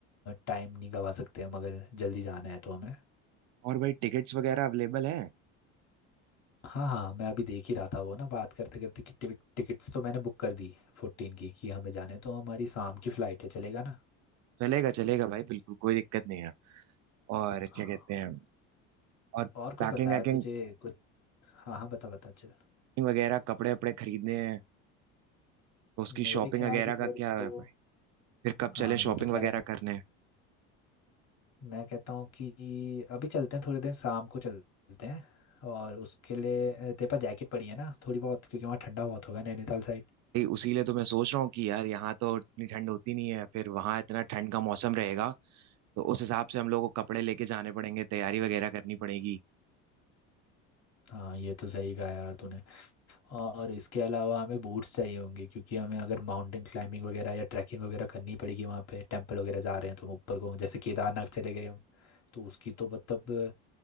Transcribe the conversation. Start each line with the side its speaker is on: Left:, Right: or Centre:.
Left: टाइम नहीं गवा सकते हम अगर जल्दी जाना है तो हमें
Right: और भाई टिकट्स वगैरह अवेलेबल है
Left: हाँ हाँ मैं अभी देख ही रहा था वो ना बात करते करते कि टिकट टिकट्स तो मैंने बुक कर दी फोर्टीन की कि हमें जाने तो हमारी शाम की फ्लाइट है चलेगा ना
Right: चलेगा चलेगा भाई बिल्कुल कोई दिक्कत नहीं है और
Left: हाँ,
Right: क्या कहते हैं और
Left: और
Right: पैकिंग
Left: कुछ बताया
Right: वैकिंग
Left: तुझे कुछ हाँ हाँ बता बता चल
Right: वगैरह कपड़े वपड़े खरीदने हैं तो उसकी शॉपिंग
Left: मेरे ख्याल
Right: वगैरह
Left: से
Right: का
Left: तेरे
Right: क्या
Left: को
Right: है भाई फिर कब
Left: हाँ
Right: चले शॉपिंग
Left: जो तू
Right: वगैरह
Left: कह रहा था
Right: करने
Left: मैं कहता हूँ कि अभी चलते हैं थोड़े दिन शाम को चलते हैं और उसके लिए अ, तेरे पास जैकेट पड़ी है ना थोड़ी बहुत क्योंकि वहाँ ठंडा बहुत होगा नैनीताल साइड
Right: भाई उसी लिए तो मैं सोच रहा हूँ कि यार यहाँ तो इतनी ठंड होती नहीं है फिर वहाँ इतना ठंड का मौसम रहेगा तो उस हिसाब से हम लोग को कपड़े लेके जाने पड़ेंगे तैयारी वगैरह करनी पड़ेगी
Left: हाँ ये तो सही कहा यार तूने और इसके अलावा हमें बूट्स चाहिए होंगे क्योंकि हमें अगर माउंटेन क्लाइंबिंग वगैरह या ट्रैकिंग वगैरह करनी पड़ेगी वहाँ पे टेंपल वगैरह जा रहे हैं तो हम ऊपर को जैसे केदारनाथ चले गए हम तो उसकी तो मतलब